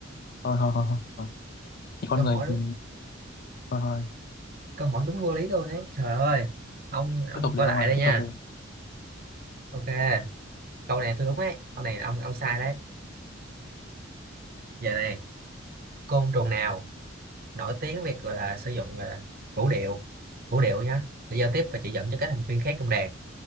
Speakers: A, on the left; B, on the right.
A: thôi thôi thôi thôi thôi. thì con
B: câu
A: người
B: hỏi đúng
A: ừ, thôi thôi
B: câu hỏi đúng vô lý luôn đấy trời ơi ông ông
A: tiếp tục đi
B: coi
A: ông
B: lại
A: ơi
B: đây
A: tiếp
B: nha
A: tục đi
B: ok câu này tôi đúng ấy câu này ông ông sai đấy giờ này côn trùng nào nổi tiếng việc gọi là sử dụng là vũ điệu vũ điệu nhá để giao tiếp và chỉ dẫn cho các thành viên khác trong đàn